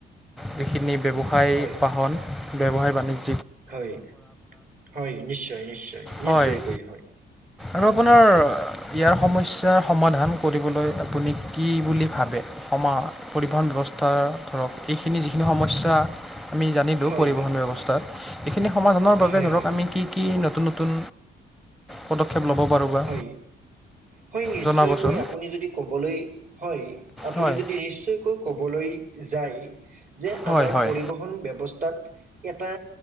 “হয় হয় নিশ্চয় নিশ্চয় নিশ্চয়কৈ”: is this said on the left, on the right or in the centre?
Right